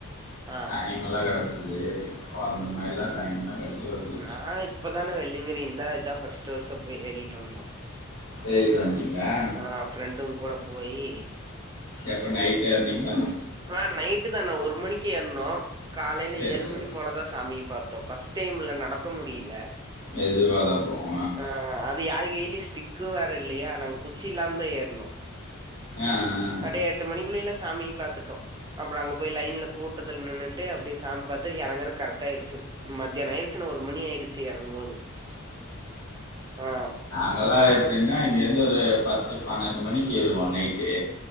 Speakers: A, on the right; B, on the left.
A: ஆ.
B: டைம் நல்லா கடச்சிது இப்போ அந்த மாரிலா டைம்லா கெடைக்கிறதி
A: நா இப்பதானே வெள்ளிங்கிரி இந்நா இதா ஃபஸ்ட் வர்ஷோ போய் ஏறிட்டு வந்தோ
B: ஏறிட்டு வந்துட்டிங்களா
A: ஆ ஃப்ரெண்டுங் கூட போயி
B: எப்போ நைட் ஏற்னீங்ளா
A: அ நைட்டு தான ஒரு மணிக்கு ஏற்னோ காலையில
B: சரி
A: ஏழு
B: சரி
A: மணி போலதா சாமிய பாத் தோ ஃபஸ்ட் டைம்ல நடக்க முடியில
B: மெதுவாதா போகோ
A: ஆ அது யாரு கெய்லு ஸ்டிக்கு வேற இல்லயா நாங்க குச்சி இல்லாம்தா ஏற்னோ
B: ஆ ஆ
A: கடை எட்டு மணிக்குள்ளேலா சாமி பாத்துட் அப்புற அங்க போய் லைன்ல கூட்டத்துல நின்னுட்டு அப்டியே சாமி பாத்துட் எறங்குற கரெக்ட்டா ஆயிருச்சு மத்தியானோ ஆயிருச்சுன்னா ஒரு மணி ஆயிருச்சு எறங்கும்போது ஆ
B: அங்கெல்லா எப்டின்னா இங்கேந்து ஒரு பத்து பன்னெண்டு மணிக்கு ஏறுவோ நைட்டு